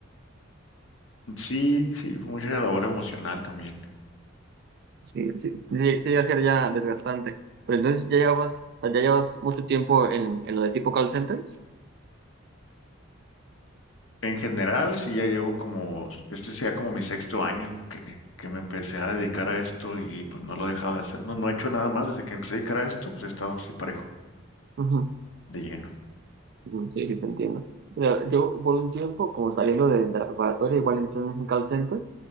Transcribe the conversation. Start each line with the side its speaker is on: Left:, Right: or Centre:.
Left: Sí, sí, fue mucha labor emocional también.
Right: Sí, sí, sí, sí, iba a ser ya desgastante. Pero entonces ya llevas, ya llevas mucho tiempo en, en lo de tipo call centers.
Left: En general, sí, ya llevo como, este sea como mi sexto año que, que me empecé a dedicar a esto y pues no lo he dejado de hacer. No, no he hecho nada más desde que empecé a dedicar a esto, pues he estado así parejo,
Right: Ujú,
Left: de lleno.
Right: ujú, Sí, sí, te entiendo. Mira, yo por un tiempo, como saliendo de, de la preparatoria, igual entré en un call center